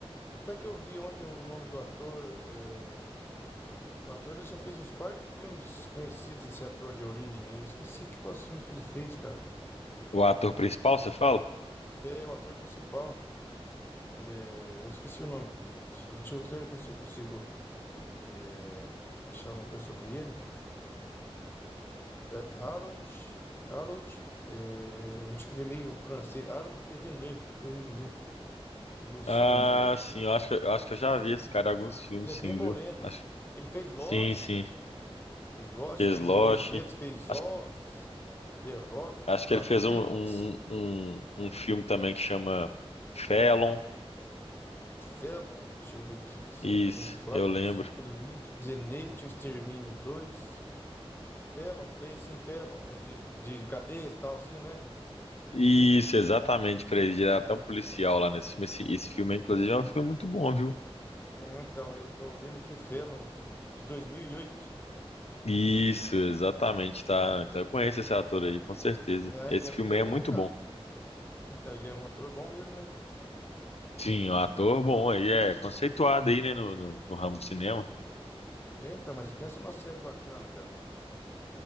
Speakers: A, on the left; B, on the left.
A: E Até que eu vi ontem o nome do ator. é, O ator ele já fez uns par de filmes conhecidos, esse ator de origem. Eu esqueci que- quais filmes que ele fez, cara.
B: O ator principal, você fala?
A: É o ator principal. É, eu esqueci o nome. Deixa deixa eu até ver se eu consigo é, achar alguma coisa sobre ele. É, Harold. Harold. é, acho que ele é meio francês. Harold Perrineau. Perrineau. Deixa eu ver os
B: Ah,
A: filmes dele.
B: sim. Eu acho que, eu acho que eu já vi esse cara em alguns filmes,
A: Ele é bem
B: sim,
A: moreno.
B: viu? Acho,
A: Ele fez Lost.
B: sim, sim.
A: Fez Lost,
B: Fez
A: fez
B: Lost.
A: Romeo e Julieta, fez
B: Acho
A: Oz, The Rock,
B: Acho
A: Matrix.
B: que ele fez um, um, um, um um filme também que chama Felon.
A: Felon, deixa eu ver aqui.
B: Isso,
A: Tem Klaus,
B: eu lembro.
A: No Limite, Zenith, O Extermínio 2. Felon, fez sim, Felon. É de, de cadeias e tal, assim, né?
B: Isso, exatamente, pra ele virar até um policial lá nesse filme. Esse, esse filme, inclusive, é um filme muito bom, viu?
A: Hum, Então, eu tô vendo que Felon, de 2008.
B: Isso, exatamente, tá? Então eu conheço esse ator aí, com certeza.
A: Ah,
B: Esse
A: ele é,
B: filme
A: ele é
B: aí
A: bom,
B: é muito
A: cara.
B: bom.
A: Então, ele é um ator bom mesmo, né?
B: Sim, um ator bom aí, é conceituado aí, né, no, no, no ramo do cinema.
A: É, então, mas pensa numa série bacana, cara.